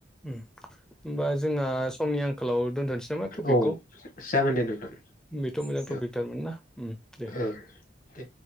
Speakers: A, in the centre; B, on the left (about 50°).
A: होमबा जोंहा समनि आंखालाव दोनथनोसै नामा टपिकखौ
B: औ जागोन दे नोंथां
A: बेथ' मोजां टपिक
B: औ
A: थारमोन ना दे
B: औ दे